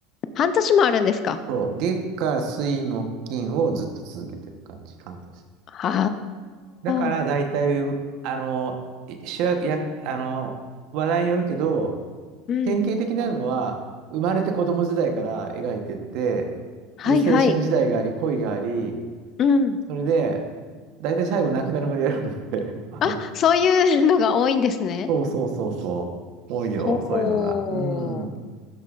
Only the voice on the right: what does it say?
そう、月火水木金をずっと続けていく感じ、半年。
だから大体、
あの、主役、役あの、話題によるけど、
典型的なのは、生まれて子供時代から描いてって、
で、青春時代があり、恋があり、
それで、大体最後亡くなるまでやるので <laughs> あの、
そうそうそうそう、多いよ、
そういうのが。うん。